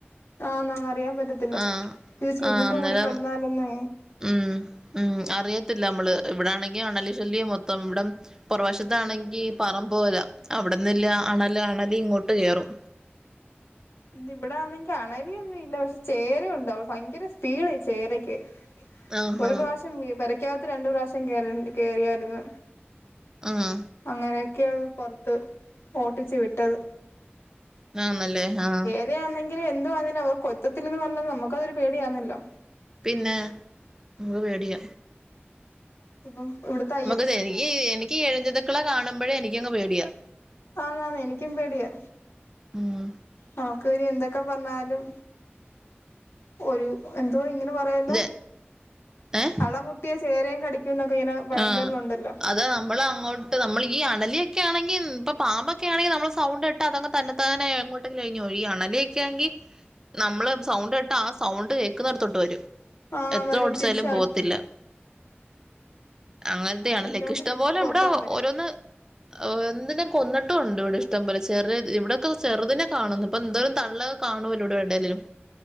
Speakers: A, on the left; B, on the right.
A: ആഹ് നൻ അറിയാൻ പറ്റത്തില്ല
B: ആഹ്
A: ഇത് ചുരുണ്ട
B: ആഹ് അന്നേരം
A: കൂടി കിടന്നാലൊന്ന
B: ഉം ഉം അറിയത്തില്ല നമ്മള് ഇവിടെ ആണെങ്കും അണലിശല്ലി മൊത്തം ഇവിടം പാറവശത്താണെങ്കി പറമ്ബ്പോല അവിടന്നില്ല ആണല ആണലിഇങ്ങോട്ട് കേയറും
A: ഇവിടെണിക്ക് അണലൊന്നും ഇല്ല പക്ഷെ ചേര ഉണ്ടഅവ ഭയങ്കര സ്പീഡായി ചേരക്ക്
B: ആഹാ
A: ഒരു പ്രാവശ്യം വി പരക്കാത്ത രണ്ടു പ്രാവശ്യം കേറി കേറിയായിരുന്നു
B: ആഹ്
A: അങ്ങനെയൊക്കെയാണ് പുറത്ത് ഓട്ടിച്ചു വിട്ടത്
B: ആന്നല്ലേ ആഹ
A: ഇത ആണെങ്കിൽ എന്താണേും അവർ കൊതത്തില്ല പറഞ്ഞ നമുക്കഅൊരു പേടിയാണല്ലോ
B: പിന്നെ നമക്ക് പേടിയ
A: ഇപ്പ ഇവിടുത്ത
B: നമുമൊത്തത്തിഎനിക്ക് ഴഞ്ഞ്ഞിതുക്കള കാണുമ്പോഴേ എനിക്കങ് പേടിയാ
A: ആന്നെ ന്നെ എനിക്കും പേടിയാ
B: ഉം
A: നക്ക് ഇനി എന്തൊക്കെ പറഞ്ഞാലും ഒരു എന്തോ ഇങ്ങനെ പറയല്ലോ
B: ഇത് ഏഹ്
A: അളമുട്ടിയ ചേരയും കടിക്ക എന്നൊക്കെ ഇങ്ങനെ പഴഞ്ചൊല്ലുണ്ടല്ലോ
B: ആഹ അത നമ്മൾ അങ്ങോട്ട് നമ്മൾ ഈ അണലിയോക്കെ ആണെങ്കിൽ ഇപ്പൊ പാമ്പൊക്കെ ആണെങ്കിൽ നമ്മൾ സൗണ്ട് ഇട്ട് അങ് തന്നെ തന്നെോട്ട് ല്ലെനിയോ അണലൊക്കാെങ്കി നമ്മള് സൗണ്ട് കേട്ട് ആ സൗണ്ട് കേൾക്കുന്നിടത്തോട്ട് വരും
A: ആ
B: എത്ര
A: വരും
B: ഓടിച്ചാലും
A: തിരിച്ച്
B: പോത്തില്ല അങ്ങനത്തെയണല്ലേക്ക
A: അത് ഇങ്ങോട്ട്
B: ഇഷ്ടം
A: തിരിച്ച്
B: പോലെ
A: കൊത്താൻ
B: ഇവിടെ
A: വരും
B: ഓരോന്ന് എന്തിന കൊന്നിട്ടുംണ്ട് ഇവിടെ ഇഷ്ടം പോലെ ചെറു ഇവിടെയൊക്കെ ചെറുതിനെ കാണുന്നു ഇപ്പൊ എന്തായാരു തള്ള കാണൂലെടെ വണ്ടേലും